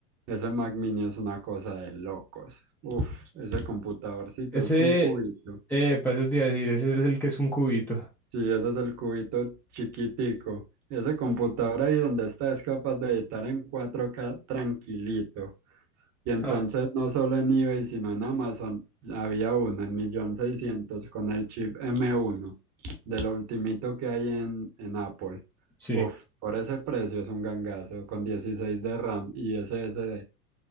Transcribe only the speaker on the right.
Ese Mac Mini es una cosa de locos. Uf, ese computadorcito
es un cubito.
Sí, ese es el cubito chiquitico. Ese computador ahí donde está es capaz de editar en 4K tranquilito. Y entonces
no solo en eBay, sino en Amazon había uno en millón seiscientos con el chip M1, de lo ultimito que hay en, en Apple.
Uf, por ese precio es un gangazo, con 16 de RAM y SSD.